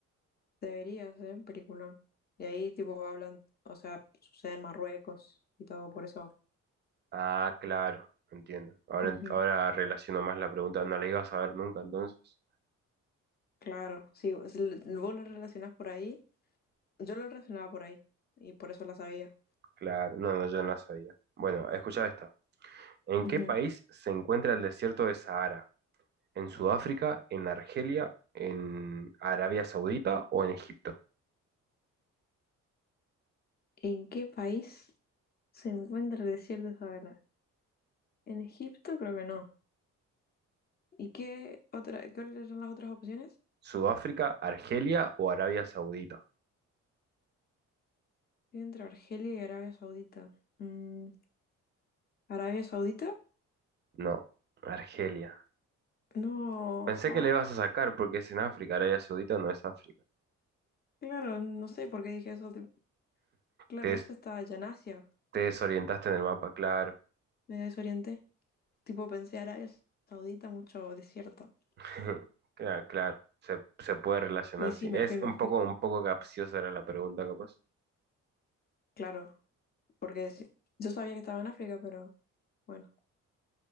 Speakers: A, on the left; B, on the right.
A: Debería ser un peliculón. Y ahí tipo hablan, o sea, sucede en Marruecos y todo por eso.
B: Ah, claro, entiendo. Ahora,
A: Ujú.
B: ent- ahora relaciono más la pregunta. No la ibas a ver nunca entonces.
A: Claro, sí, es l- vos lo relacionas por ahí. Yo lo relacionaba por ahí y por eso la sabía.
B: Claro, no, no, yo no la sabía. Bueno, escucha esta. ¿En qué
A: Ujú.
B: país se encuentra el desierto de Sahara? en Sudáfrica, en Argelia, en Arabia Saudita o en Egipto.
A: ¿En qué país se encuentra el desierto de Sahara? En Egipto, creo que no. ¿Y qué otra, cuáles eran las otras opciones?
B: Sudáfrica, Argelia o Arabia Saudita.
A: Estoy Entre Argelia y Arabia Saudita. Mm, ¿Arabia Saudita?
B: No, Argelia.
A: No,
B: Pensé
A: ah,
B: que le ibas a sacar porque es en África. Arabia Saudita no es África.
A: claro, no sé por qué dije eso. te- Claro,
B: Te, des-
A: eso está allá en Asia,
B: te desorientaste en el mapa, claro.
A: me desorienté. Tipo, pensé Arabia Saudita, mucho desierto.
B: <laughs> Claro, claro. Se, se puede relacionar,
A: Y sí,
B: sí.
A: me
B: Es
A: fui, me
B: un
A: fui.
B: poco, un poco capciosa era la pregunta, capaz.
A: Claro, Porque sí, yo sabía que estaba en África, pero bueno,